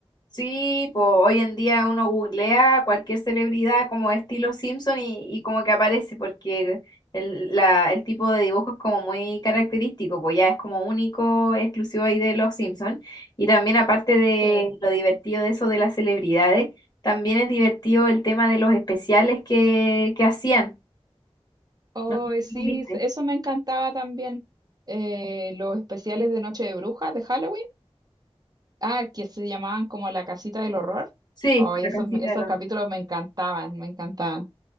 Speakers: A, on the left (about 40°); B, on the right (about 40°).
A: Sí, pues hoy en día uno googlea cualquier celebridad como estilo Simpson y, y como que aparece, porque el, la- el tipo de dibujo es como muy característico, pues ya es como único, exclusivo ahí de los Simpson. Y también aparte de
B: <laughs> Sí.
A: lo divertido de eso de las celebridades. También es divertido el tema de los especiales que, que hacían.
B: Oh,
A: No sé
B: eh,
A: si
B: sí,
A: lo viste.
B: eso me encantaba también. Eh, los especiales de Noche de Brujas de Halloween. Ah, que se llamaban como La Casita del Horror.
A: Sí,
B: Oh, esos,
A: la casita
B: me- esos
A: del horror.
B: capítulos me encantaban, me encantaban.